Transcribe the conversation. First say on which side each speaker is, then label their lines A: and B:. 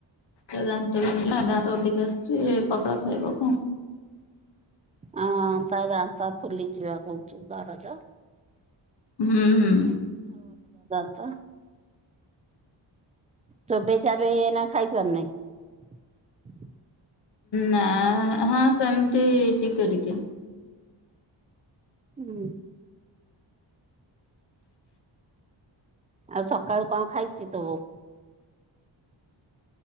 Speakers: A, on the left; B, on the right.
A: ଦାନ୍ତ ବିନ୍ଧିଲା ଦାନ୍ତ ଓପାଡ଼ିକି ଆସିଚି ପଖାଳ ଖାଇବ କଣ?
B: ହଁ ତା ଦାନ୍ତ ଫୁଲିଚି ପା କହୁଛୁ ଦରଜ।
A: ହୁଁ ହୁଁ।
B: ତ ଚୋବେଇ ଚାବେଇ ଏଇନା ଖାଇପାରୁ ନାଇଁ।
A: ନା ହଁ ସେମିତି ଟିକେ ଟିକେ।
B: ହୁଁ। ଆଉ ସକାଳୁ କଣ ଖାଇଚି ତୋ ବୋଉ।